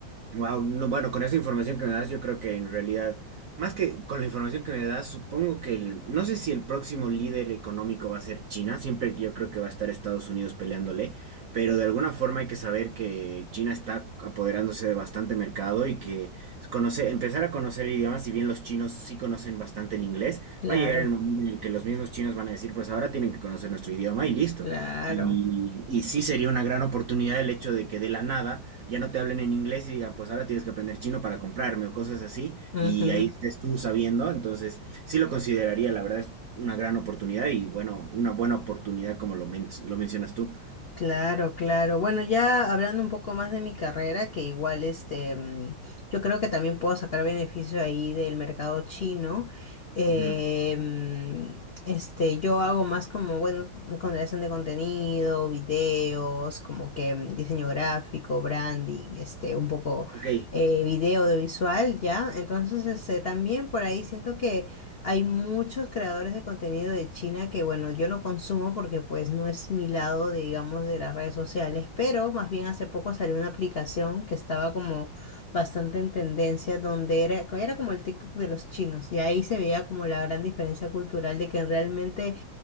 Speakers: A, on the right (about 65°); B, on the left (about 80°).
A: Wow, no, bueno, con esta información que me das, yo creo que en realidad, más que con la información que me das, supongo que el- no sé si el próximo líder económico va a ser China, siempre yo creo que va a estar Estados Unidos peleándole, pero de alguna forma hay que saber que China está apoderándose de bastante mercado y que conocer, empezar a conocer idiomas, si bien los chinos sí conocen bastante el inglés,
B: Claro,
A: va a llegar el momento en el que los mismos chinos van a decir, pues ahora tienen que conocer nuestro idioma y listo.
B: claro.
A: Y, y sí sería una gran oportunidad el hecho de que de la nada ya no te hablen en inglés y digan, pues ahora tienes que aprender chino para comprarme o cosas así,
B: Ujú.
A: y ahí estés tú sabiendo. Entonces, sí lo consideraría, la verdad es una gran oportunidad y bueno, una buena oportunidad como lo, men- lo mencionas tú.
B: Claro, claro. Bueno, ya hablando un poco más de mi carrera, que igual este, mm, yo creo que también puedo sacar beneficio ahí del mercado chino. eh,
A: Ujú.
B: mm, este, yo hago más como, bueno, con creación de contenido, videos, como que mm, diseño gráfico, branding, este, un poco
A: Ok,
B: eh, video audiovisual, ¿ya? Entonces, este, también por ahí siento que hay muchos creadores de contenido de China que, bueno, yo no consumo porque pues no es mi lado, de, digamos, de las redes sociales, pero más bien hace poco salió una aplicación que estaba como bastante en tendencia, donde era, era como el TikTok de los chinos, y ahí se veía como la gran diferencia cultural de que realmente,